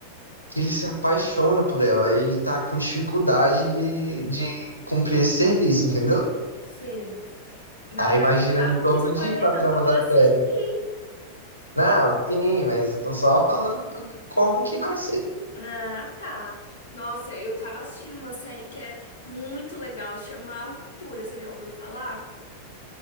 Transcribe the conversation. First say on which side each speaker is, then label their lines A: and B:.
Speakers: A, on the right (about 85°); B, on the left (about 70°).
A: que ele se apaixona por ela. Aí Ele tá com dificuldade de, de cumprir esse serviço, entendeu?
B: Sei. Não,
A: Aí
B: mas
A: vai girando
B: não dá
A: em
B: muito
A: torno
B: spoiler
A: disso a
B: não
A: trama
B: que eu vou
A: da
B: assistir.
A: série. Não, sim, mas eu tô só falando como que vai ser.
B: Ah, tá. Nossa, eu tava assistindo uma série que é muito legal, chama A Ruptura, você já ouviu falar?